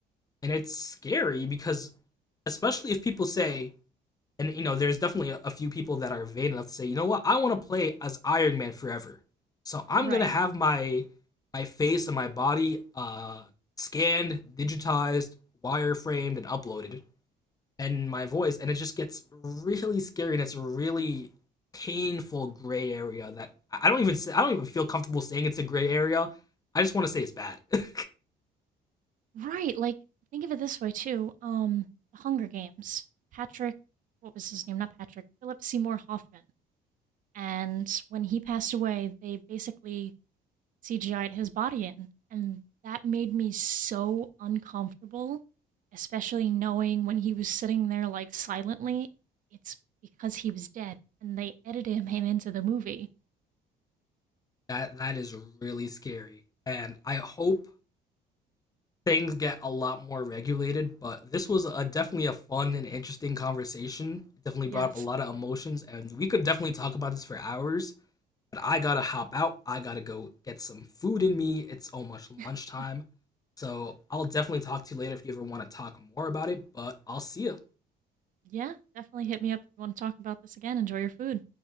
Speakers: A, on the left; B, on the right.
A: And it's scary because, especially if people say, and you know, there's definitely a- few people that are vain enough to say, you know what, I want to play as Iron Man forever, so I'm
B: right.
A: gonna have my my face and my body uh, scanned, digitized, wireframed, and uploaded and my voice, and it just gets really scary and it's a really painful gray area that I don't even say, I don't even feel comfortable saying it's a gray area. I just want to say it's bad. <laughs>
B: Right, like, think of it this way too, um, The Hunger Games, Patrick what was his name? Not Patrick, Philip Seymour Hoffman, and when he passed away, they basically CGI'd his body in, and that made me so uncomfortable, especially knowing when he was sitting there, like, silently, it's because he was dead, and they edited him into the movie.
A: that that is really scary, and I hope things get a lot more regulated. But this was a definitely a fun and interesting conversation. Definitely
B: Yes.
A: brought up a lot of emotions, and we could definitely talk about this for hours. But I gotta hop out. I gotta go get some food in me. It's almost
B: <laughs>
A: lunchtime. So I'll definitely talk to you later if you ever want to talk more about it. But I'll see ya.
B: Yeah, definitely hit me up if you wanna talk about this again, enjoy your food.